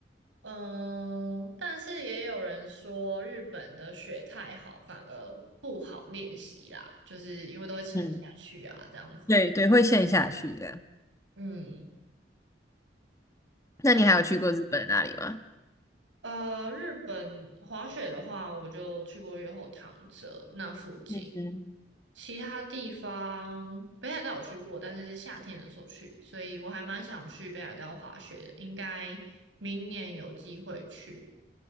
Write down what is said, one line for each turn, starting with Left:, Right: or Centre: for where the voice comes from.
Right: 嗯，但是也有人说日本的雪太好，反而不好练习啦，就是因为都会沉下去啊，
Left: 嗯
Right: 这样子。
Left: 对对，会陷下去这样。
Right: 嗯，
Left: 那你还有去过日本那里吗？
Right: 那呃，日本滑雪的话，我就去过越后汤泽那附近，
Left: 嗯嗯
Right: 其他地方北海道有去过，但是是夏天的时候去，所以我还蛮想去北海道滑雪的，应该明年有机会去。